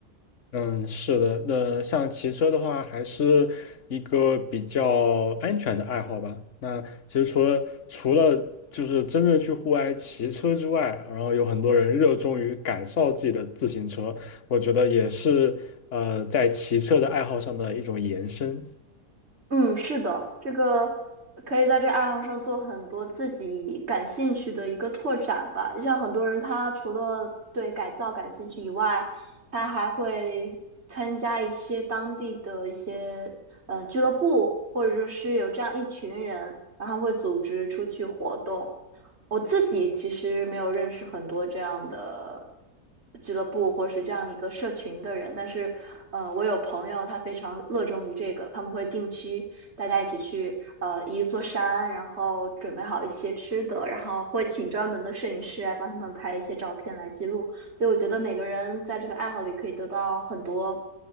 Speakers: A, on the left; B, on the right.
A: 嗯，是的，那像骑车的话，还是一个比较安全的爱好吧。那其实除了除了就是真正去户外骑车之外，然后有很多人热衷于改造自己的自行车，我觉得也是呃在骑车的爱好上的一种延伸。
B: 嗯，是的，这个可以在这个爱好上做很多自己感兴趣的一个拓展吧。就像很多人，他除了对改造感兴趣以外，他还会参加一些当地的一些呃俱乐部，或者是有这样一群人，然后会组织出去活动。我自己其实没有认识很多这样的俱乐部或是这样一个社群的人，但是，呃，我有朋友他非常热衷于这个，他们会定期大家一起去，呃，一座山，然后准备好一些吃的，然后会请专门的摄影师来帮他们拍一些照片来记录。所以我觉得每个人在这个爱好里可以得到很多